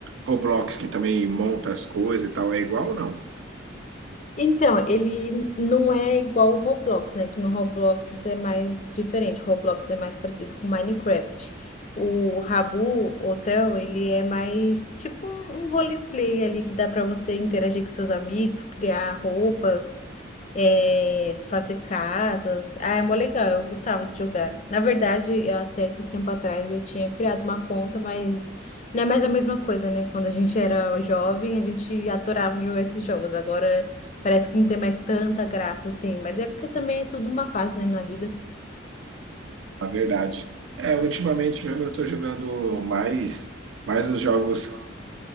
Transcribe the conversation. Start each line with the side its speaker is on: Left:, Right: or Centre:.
Right: Roblox, que também monta as coisas e tal, é igual ou não?
Left: Então, ele não é igual o Roblox, né? Que no Roblox é mais diferente. O Roblox é mais parecido com Minecraft. O Rabu Hotel, ele é mais tipo um um roleplay ali que dá pra você interagir com seus amigos, criar roupas, é, fazer casas. Ah, é mó legal, eu gostava de jogar. Na verdade, eu até esses tempos atrás eu tinha criado uma conta, mas não é mais a mesma coisa, né? Quando a gente era jovem, a gente adorava jogar esses jogos. Agora parece que não tem mais tanta graça assim, mas é porque também é tudo uma fase, né, na vida.
Right: Na verdade. É, ultimamente mesmo eu tô jogando mais mais os jogos